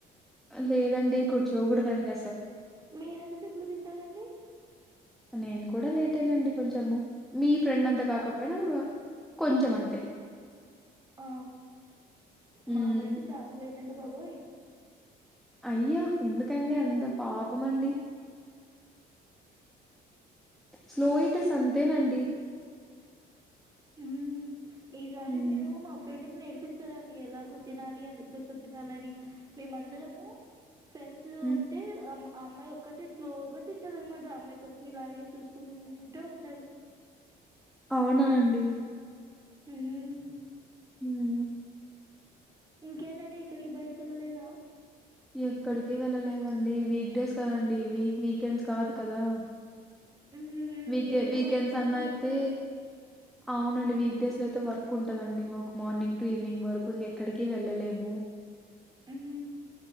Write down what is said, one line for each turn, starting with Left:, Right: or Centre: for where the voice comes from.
Centre: లేదండి కూర్చోకూడదండి
Right: మీరు ఎంతసేపట్లో తింటారండి
Centre: నేను కూడా లేట్ అయినండి కొంచము మీ ఫ్రెండ్ అంతా కాకపోయినా
Right: అన్-
Centre: కొంచెం అంతే
Right: ఆ
Centre: హ్మ్.
Right: మా ఫ్రెండ్ చాలా లేట్ అండి బాబోయ్
Centre: అయ్యా ఎందుకండి అంత పాపం అండి స్లోయిటాస్ అంతేనండి
Right: హమ్ ఈ సారి
Centre: హ్మ్.
Right: మేము మా ఫ్రెండ్ నేర్పిస్తారండి ఎలాగ తినాలి ఎంతసేపు తినాలిని మేము అందరమూ ఫ్రెండ్స్
Centre: హ్మ్.
Right: ఉంటే అం ఆ అమ్మాయి ఒక్కటే స్లోగా తింటది అన్నమాట అమ్మాయి కోసం ఇలాగే చూసుకుంటూ ఉండాలి
Centre: అవునా అండి
Right: హమ్
Centre: హమ్
Right: ఇంకేంటండి ఇక్కడికి బయటి కెళ్ళలేదా
Centre: ఎక్కడికి వెళ్ళలేదండి వీక్డేస్ కదండి ఇవి వీకెండ్స్ కాదు కదా
Right: ఉమ్
Centre: వీకే
Right: ఏదో
Centre: వీకెండ్స్
Right: వర్క్ ఉన్నట్లు
Centre: అన్నా
Right: ఉంది
Centre: అయితే
Right: కదా
Centre: అవునండి వీక్ డేస్ లో అయితే వర్క్ ఉంటదండి మాకు మార్నింగ్ టు ఈవినింగ్ వరకు ఇంక ఎక్కడికి వెళ్ళలేము ఉమ్
Right: హుమ్